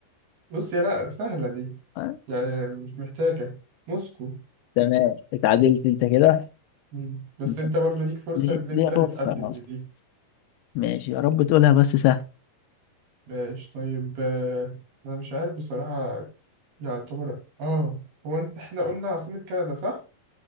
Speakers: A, on the right; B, on the left.
A: بص يا لا سهلة دي
B: آه،
A: يعني مش محتاجة موسكو
B: تمام اتعادلت انت كده
A: مم. بس
B: ماشي
A: انت برضو ليك فرصة
B: ليه
A: ان انت
B: ليه فرصة
A: تتقدم
B: أصلا
A: بدي
B: ماشي يا رب تقولها بس سهل
A: ماشي طيب آه، انا مش عارف بصراحة يعني. يعتبر اه هو انت احنا قلنا عاصمة كندا صح؟